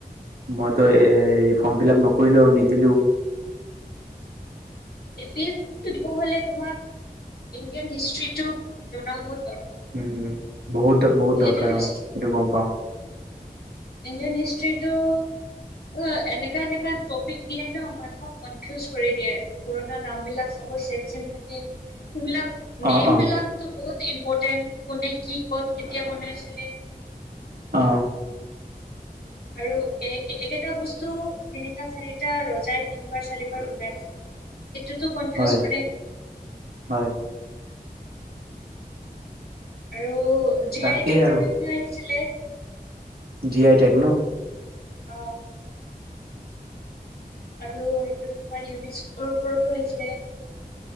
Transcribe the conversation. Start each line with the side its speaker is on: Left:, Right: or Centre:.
Right: মইতো এ হেৰি ফৰ্ম ফিল আপ নকৰিলো আৰু নিদিলোও।
Left: এ পি এছ ছি টো দিব হলে তোমাৰ ইণ্ডিয়ান হিষ্ট্ৰিটোক জনা বহুত দৰ
Right: উম বহুত বহুত দৰকাৰ
Left: ইণ্ডিয়ান
Right: অ,
Left: হিষ্ট
Right: সেইটো গম পাও।
Left: ইণ্ডিয়ান হিষ্ট্ৰীটো অ এনেকা এনেকা টপিক দিয়ে ন মানুহক কনফিউজ কৰি দিয়ে। পুৰণা নাম বিলাক ছবৰ ছেম ছেম থাকে সেইবিলাক
Right: অ',
Left: নেম
Right: অ',
Left: বিলাকতো বহুত ইম্পৰ্টেণ্ট কোনে কি ক'ত কেতিয়া বনাইছিলে।
Right: অ।
Left: আৰু এক একেটা বস্তু তিনিটা চাৰিটা ৰজাই তিনিবাৰ চাৰিবাৰ বনাইছে। সেটোতো কনফিউজ
Right: হয়
Left: কৰে।
Right: হয়।
Left: আৰু জি
Right: তাকেই
Left: আই টেকৰ
Right: আৰু
Left: বিষয়ে আহিছিলে।
Right: জি আই টেগ ন?
Left: অ। আৰু সেইটো তোমাৰ ইউনিস্ক'ৰ ওপৰতো আহিছিলে।